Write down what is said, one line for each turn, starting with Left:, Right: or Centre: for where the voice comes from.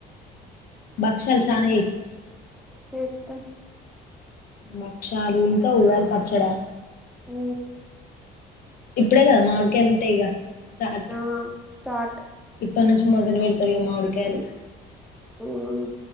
Left: భక్షాలు
Centre: మ్
Left: చానా
Centre: చేత్తం
Left: భక్షాలు ఇంకా ఉగాది పచ్చడ
Centre: మ్
Left: ఇప్పుడే కదా మామిడికాయలుంటయి ఇగ స్టార్ట్
Centre: ఆ స్టార్ట్
Left: ఇప్పటి నుంచి మొదలు పెడతారు క మామిడికాయలు
Centre: ఉమ్